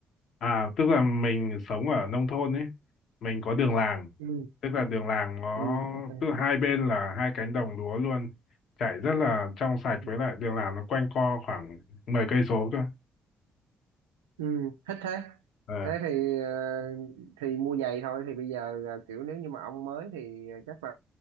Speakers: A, on the left (about 60°); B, on the right (about 85°).
A: à tức là mình sống ở nông thôn ấy mình có đường làng
B: ừ
A: tức là đường làng nó
B: ừ ok
A: tức là hai bên là hai cánh đồng lúa luôn chảy rất là trong sạch
B: ừ
A: với lại đường làng nó quanh co khoảng 10 cây số cơ
B: Ừ, thích thế
A: Ờ,
B: thế thì ờ, thì mua giày thôi thì bây giờ là kiểu nếu như mà ông mới thì ờ, chắc là